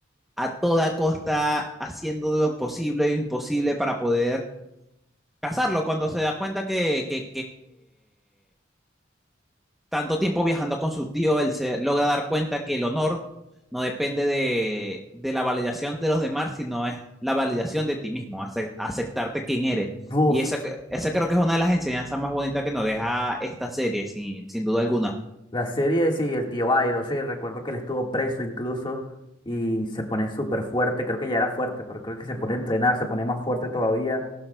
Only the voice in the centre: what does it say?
a toda costa, haciendo lo posible e imposible para poder cazarlo, cuando se da cuenta que, que, tanto tiempo viajando con su tío, él se logra dar cuenta que el honor no depende de, de la validación de los demás, sino es la validación de ti mismo, ace- aceptarte quien eres.
Y esa, que- esa creo que es una de las enseñanzas más bonitas que nos deja esta serie, sin, sin duda alguna.